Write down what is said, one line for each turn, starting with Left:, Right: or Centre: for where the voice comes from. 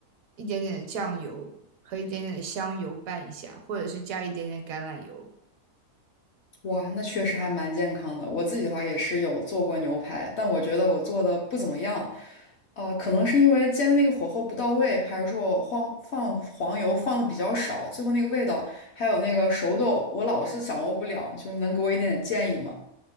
Right: 一点点的酱油和一点点的香油拌一下，或者是加一点点橄榄油。
Left: 哇，那确实还蛮健康的。我自己的话也是有做过牛排，但我觉得我做的不怎么样。呃，可能是因为煎的那个火候不到位，还是说我放放黄油放的比较少，最后那个味道还有那个熟豆，我老是掌握不了。就是你能给我一点点建议吗？